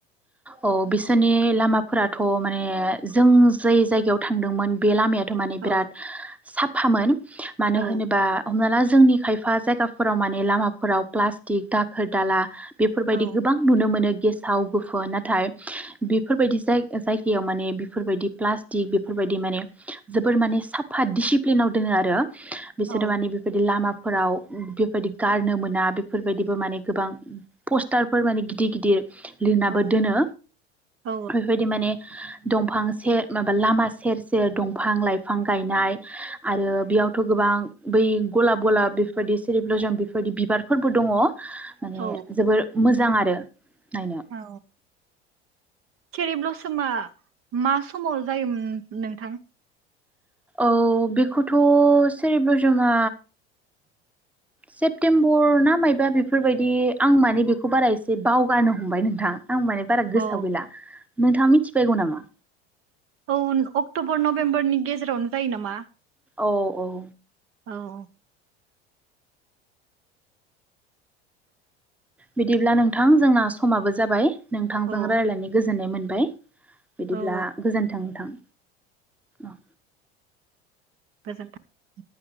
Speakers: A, in the centre; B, on the right.
A: औ बिसोरनि लामाफोराथ' माने जों जाय जायगायाव थांदोंमोन बे लामाया थ' माने
B: औ
A: बिराद साफामोन मानो
B: औ
A: होनोबा हमना ला जोंनि खायफा जायगाफोराव माने लामाफोराव प्लास्टिक दाखोर दाला बेफोरबायदि
B: औ
A: गोबां नुनो मोनो गेसाव गोफोन नाथाय बेफोरबायदि जायगायाव माने बेफोरबायदि प्लास्टिक बेफोरबायदि माने जोबोर माने साफा डिसिप्लिनाव दोङो आरो बिसोरो
B: औ
A: माने बेबायदि लामा फोराव बेबायदि गारनो मोना बेफोरबायदिबो माने गोबां पस्टारफोर माने गिदिर गिदिर लिरनाबो
B: औ
A: दोनो
B: औ
A: बेबायदि माने दंफां से माबा लामा सेर सेर दंफां लाइफां गायनाय आरो बेयावथ' गोबां बै गलाब गलाब बेफोरबायदि सेरिब्लजम बेफोरबायदि बिबारफोरबो दङ । माने
B: औ
A: जोबोर मोजां आरो नायनो ।
B: औ चेरि ब्लसमा मा समाव जायोमोन नोंथां?
A: औ बेखौथ' सेरि ब्लसमा सेप्तेम्बर ना मायबा बेफोरबायदि आं माने बेखौ बारा एसे बावगारनो‌ हमबाय नोंथां। आं माने बारा गोसोआव
B: औ
A: गैला नोंथाङा मिथिबायगौ नामा?
B: औ अक्ट'बर नभेम्बरनि गेजेरावनो जायो नामा?
A: औ औ
B: औ
A: बिदिब्ला नोंथां जोंना समाबो जाबाय नोंथांजों
B: औ
A: रायज्लायनो गोजोननाय मोनबाय बिदिब्ला
B: औ
A: गोजोन्थों नोंथां औ
B: गोजोनथों